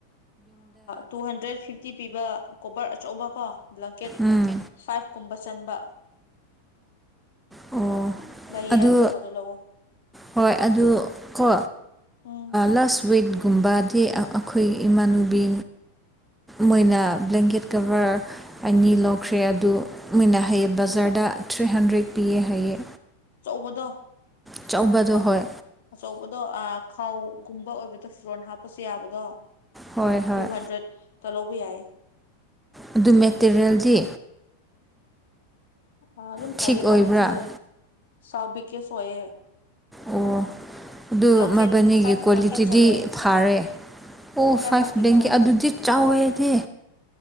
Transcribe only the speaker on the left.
ꯇꯨ ꯍꯟꯗ꯭ꯔꯦꯠ ꯐꯤꯐꯇꯤ ꯄꯤꯕ ꯀꯣꯕꯔ ꯑꯆꯧꯕ ꯀꯣ ꯕ꯭ꯂꯥꯀꯦꯠ
ꯐꯥꯏꯚ ꯀꯨꯝꯕ ꯆꯟꯕ
ꯂꯩꯌꯦ
ꯑꯗꯨꯒꯕꯗꯣ ꯂꯧꯑꯣ
ꯎꯝ
ꯑꯆꯧꯕꯗꯣ
ꯀꯣ
ꯑꯆꯧꯕꯗꯣ ꯑ ꯈꯥꯎ ꯒꯨꯝꯕ ꯑꯣꯏꯕꯗ ꯐꯣꯟ ꯍꯥꯞꯄꯁꯨ ꯌꯥꯕꯗꯣ
ꯇꯨ ꯍꯟꯗ꯭ꯔꯦꯠ ꯇ ꯂꯧꯕ ꯌꯥꯏ
ꯑ ꯑꯗꯨꯝ
ꯊꯥꯏꯌꯦ
ꯀꯣꯋꯥꯂꯤꯇꯤ ꯂꯩ ꯁꯥꯎ ꯕꯤꯀꯦꯁ ꯑꯣꯏꯌꯦ
ꯕ꯭ꯂꯥꯡꯀꯦꯠ
ꯐꯥꯏꯚ
ꯕ꯭ꯂꯥꯡꯀꯦꯠ ꯆꯜꯂꯦ
ꯐ꯭ꯂꯥꯏꯠ
ꯕ꯭ꯂꯥꯡꯀꯦꯠ
ꯆꯠꯂꯦ